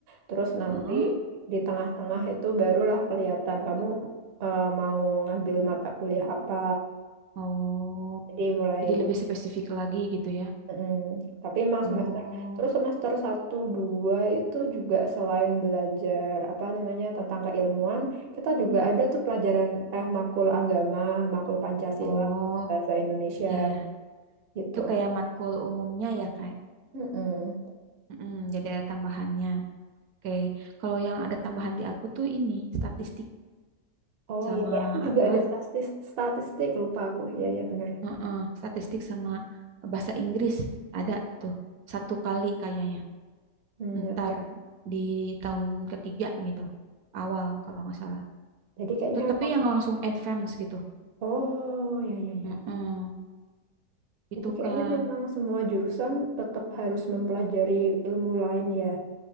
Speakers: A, on the right; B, on the right.
A: Terus nanti
B: heeh.
A: di tengah-tengah itu barulah kelihatan kamu eh, mau ngambil mata kuliah apa.
B: Oh.
A: Jadi mulai
B: Jadi lebih spesifik lagi gitu ya.
A: mm Tapi emang
B: Oh.
A: semester terus semester satu 2 itu juga selain belajar apa namanya tentang keilmuan, kita juga ada tuh pelajaran eh makul agama, makul Pancasila,
B: Oh,
A: bahasa Indonesia
B: iya.
A: gitu.
B: Itu kayak matkul umumnya ya, kayak.
A: Mm-mm.
B: Mm-mm, jadi ada tambahannya. Oke, Kalau yang ada tambahan di aku tuh ini statistik
A: Oh
B: sama
A: iya, Eh, aku juga
B: apa?
A: ada statistik, statistik lupa aku. Iya iya bener.
B: Heeh, statistik sama bahasa Inggris ada tuh satu kali kayaknya.
A: Hmm,
B: Ntar
A: oke.
B: di tahun ketiga gitu, awal kalau nggak salah.
A: Jadi kayaknya
B: Tuh
A: emang
B: tapi yang langsung advance gitu.
A: oh ya ya ya.
B: Heeh,
A: Jadi
B: itu
A: kayaknya
B: Kak.
A: memang semua jurusan tetap harus mempelajari ilmu lain ya.